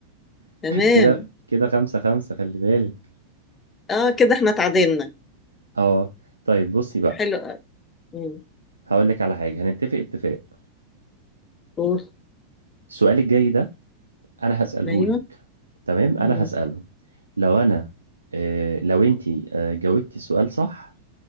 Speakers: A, on the left; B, on the right.
A: تمام
B: كده كده خمسة خمسة خلي بالك
A: اه كده احنا اتعدلنا
B: اه طيب بصي بقى
A: حلو قوي. مم.
B: هقول لك على حاجة هنتفق اتفاق
A: قول
B: السؤال الجاي ده انا هسأله
A: ايوه
B: لك تمام انا
A: مم.
B: هسأله لو انا آه لو انتي آه جاوبتي السؤال صح